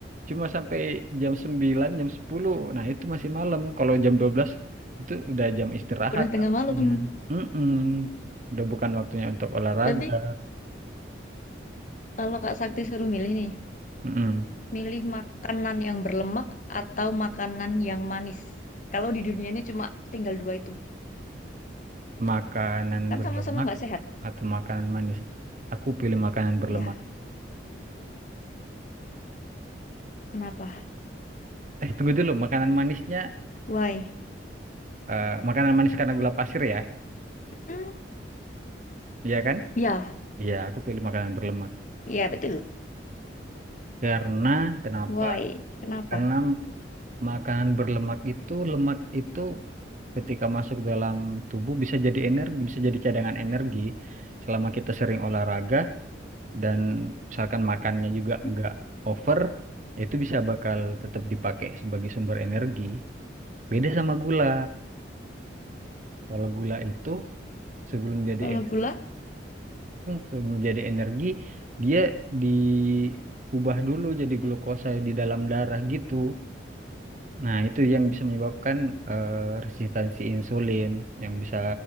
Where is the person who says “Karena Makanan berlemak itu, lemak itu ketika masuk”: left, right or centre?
Right